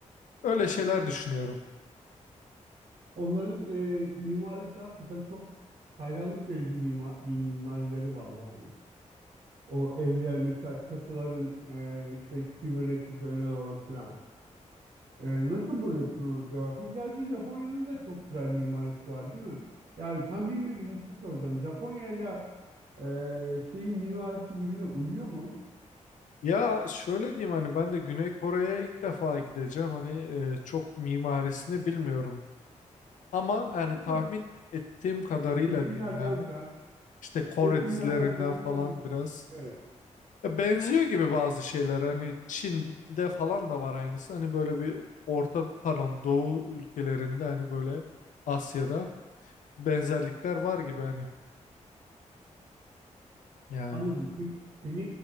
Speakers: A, on the left (about 75°); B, on the right (about 70°).
A: Öyle şeyler düşünüyorum.
B: Onların e, mimarisi hakikaten çok hayranlık verici mima- bir mimarileri var yani. O evler mesela çatıların e, şey sivrileşmesi öne doğru filan. Ee, nasıl buluyorsun o coğrafyayı? Gerçi Japonya'nın da çok güzel mimarisi var değil mi? Yani tam bilmediğim için soracağım. Japonya'yla e, şeyin mimarisi birbirine uyuyor mu?
A: Ya şöyle diyeyim hani ben de Güney Kore'ye ilk defa gideceğim. Hani e, çok mimarisini bilmiyorum. Ama yani
B: E
A: tahmin
B: tabii
A: ettiğim kadarıyla
B: resimlerden
A: diyeyim yani.
B: falan,
A: İşte Kore
B: resimlerden
A: dizilerinden
B: falan
A: falan
B: görmüşsün.
A: biraz.
B: Evet,
A: Ya Benziyor gibi bazı şeyler hani Çin'de falan da var aynısı hani böyle bir orta pardon Doğu ülkelerinde hani böyle Asya'da benzerlikler var gibi hani yani.
B: anladım. Peki seni